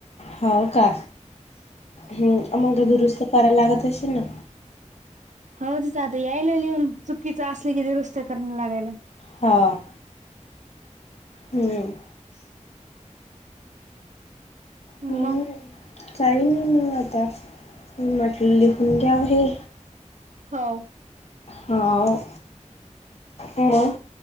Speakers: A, on the left; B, on the right.
A: हाव का, हम् मंग दुरुस्त करायला लागत अशील ना?
B: हाव तिथं आता यायलय लिहून, चुकीच असले कि दुरुस्त करण लागायला
A: हां हम्म
B: म
A: हं. काही नाही म आता, म्हटलं लिहून घ्याव हे.
B: हो!
A: हाव मंग.